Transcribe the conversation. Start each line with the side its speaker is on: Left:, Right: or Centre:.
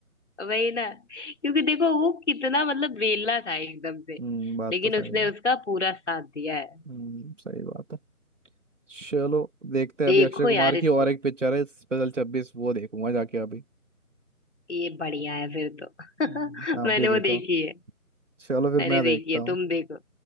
Left: वही ना क्योंकि देखो वो कितना मतलब वेला था एकदम से
Right: हम्म बात
Left: लेकिन
Right: तो सही
Left: उसने
Right: है
Left: उसका पूरा साथ दिया है
Right: हम्म सही बात है चलो देखते हैं
Left: देखो
Right: अभी अक्षय कुमार
Left: यार
Right: की
Left: इसको
Right: और एक पिक्चर है स्पेशल 26 वो देखूंगा जाके अभी
Left: ये बढ़िया है फिर तो <laughs>
Right: हम्म, आप
Left: मैंने
Right: भी
Left: वो
Right: देखो
Left: देखी है
Right: चलो फिर
Left: अरे
Right: मैं
Left: देखी
Right: देखता
Left: है
Right: हूँ
Left: तुम देखो